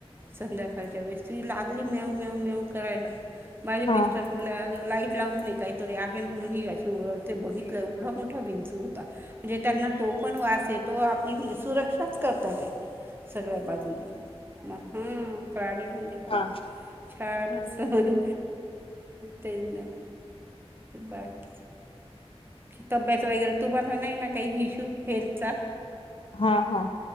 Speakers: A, on the right (about 20°); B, on the left (about 55°).
A: संध्याकाळच्या वेळेस तु लागली मेव मव मेव करायला माझे
B: हा
A: बिस्र फरले. लाईट लागणे काहीतरी आहे म्हणून बघितलं एवढा मोठा विंचू.. म्हणजे त्यांना तो पण वा तो आपली म्हणजे सुरक्षा करत सगळ्या बाजूनी मग हा प्राणी म्हणजे खूप.
B: हा
A: छान असय त्यां बाकी. तब्येत वगैरे तुम्हाला नाही ना काही हिशू. फरचा.
B: हा